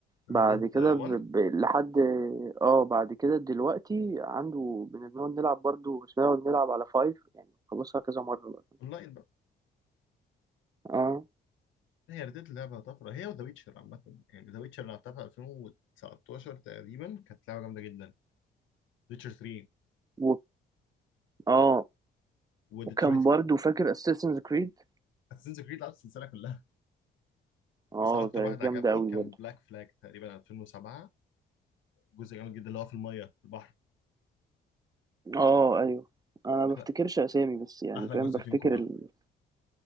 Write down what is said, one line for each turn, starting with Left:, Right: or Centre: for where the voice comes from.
Left: ريد
Right: بعد
Left: ديد
Right: كده
Left: 1
Right: ب... ب... لحد اه بعد كده دلوقتي عنده بنقعد نلعب برضه بس بنقعد نلعب على فايف يعني خلصها كذا مرة بقى.
Left: اونلاين
Right: اه
Left: هي ردت اللعبة طفرة هي وذا ويتشر عامة يعني ذا ويتشر لعبتها في 2019 تقريبا كانت لعبة جامدة جدا ويتشر 3
Right: و... اه
Left: وديترويت
Right: وكان برضه فاكر اساسنز كريد
Left: اساسنز كريد لعبت السلسلة كلها
Right: اه
Left: بس أكتر
Right: ده
Left: واحد عجبني
Right: جامدة قوي
Left: كان
Right: برضه
Left: بلاك فلاج تقريبا 2007 جزء جامد جدا اللي هو في المية في البحر
Right: اه ايوه انا ما
Left: أحلى
Right: بفتكرش اسامي بس يعني
Left: أحلى
Right: فاهم
Left: جزء
Right: بفتكر
Left: فيهم كله
Right: ال...